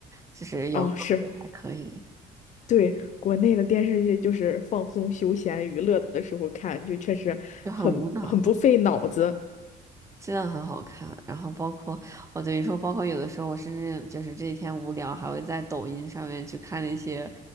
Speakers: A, on the right; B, on the left.
A: 就是有个别还可以，
B: 哦，是。对，国内的电视剧就是放松、休闲、娱乐的时候看，就确实很很不费脑子。
A: 就很无脑。真的很好看。然后包括我等于说，包括有的时候我甚至就是这几天无聊，还会在抖音上面去看那些